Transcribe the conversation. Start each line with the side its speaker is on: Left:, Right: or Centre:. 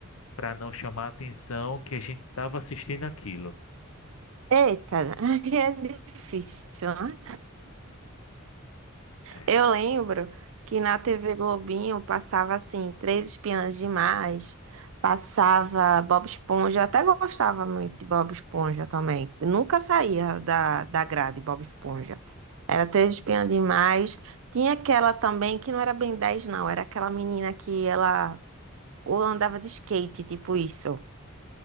Left: para não chamar a atenção que a gente estava assistindo aquilo.
Right: É, eita, <laughs> aí é difícil, né?
Left: É,
Right: Eu lembro que na TV Globinho passava assim, Três Espiãs Demais, passava Bob Esponja, eu até gostava muito de Bob Esponja também. Eu nunca saía da, da grade Bob Esponja. Era Três Espiãs Demais. Tinha aquela também que não era bem 10, não, era aquela menina que ela ou andava de skate, tipo isso.